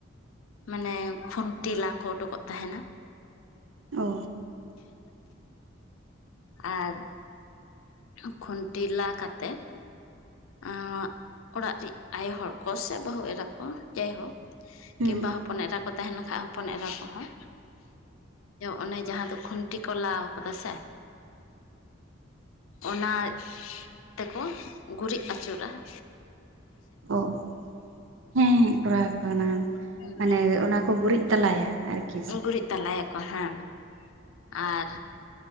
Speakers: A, on the left; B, on the right.
A: ᱢᱟᱱᱮ ᱠᱷᱩᱱᱴᱤ ᱞᱟᱠ ᱠᱚ ᱩᱰᱩᱠᱚᱜ ᱛᱟᱦᱮᱱ-ᱟ᱾
B: ᱚ ᱾
A: ᱟᱨ ᱯ-ᱪᱟ, ᱠᱷᱩᱱᱴᱤ ᱞᱟ ᱠᱟᱛᱮ ᱚᱸᱜ, ᱚᱲᱟᱜ ᱨᱮᱱ ᱟᱭᱳ ᱦᱚᱲ ᱠᱚ ᱥᱮ ᱵᱟᱹᱦᱩ ᱮᱨᱟ ᱠᱚ ᱡᱟᱭᱦᱳᱠ
B: ᱦᱮᱸ
A: ᱠᱤᱢᱵᱟ ᱦᱚᱯᱚᱱ ᱮᱨᱟ ᱠᱚ ᱛᱟᱦᱮᱸ ᱞᱮᱱᱠᱷᱟ ᱦᱚᱯᱚᱱ ᱮᱨᱟ ᱠᱚᱦᱚᱸ ᱚᱱᱮ ᱡᱟᱦᱟᱸ ᱫᱚ ᱠᱷᱩᱱᱴᱤ ᱠᱚ ᱞᱟᱣ ᱠᱟᱫᱟ ᱥᱮ ᱚᱱᱟ ᱛᱮᱠᱚ ᱜᱩᱨᱤᱡ ᱟᱪᱩᱨᱟ ᱾
B: ᱚᱦ, ᱦᱮᱸ ᱦᱮᱸ ᱠᱚᱨᱟᱣ ᱟᱠᱚ ᱚᱱᱟ,
A: ᱵᱟᱝ
B: ᱢᱟᱱᱮ ᱚᱱᱟ ᱠᱚ ᱜᱩᱨᱤᱡ ᱛᱟᱞᱟᱭᱟ, ᱟᱨᱠᱤ ᱥᱚᱵ
A: ᱜᱩᱨᱤᱡ ᱛᱟᱞᱟᱭᱟᱠᱚ ᱦᱮᱸ, ᱟᱨ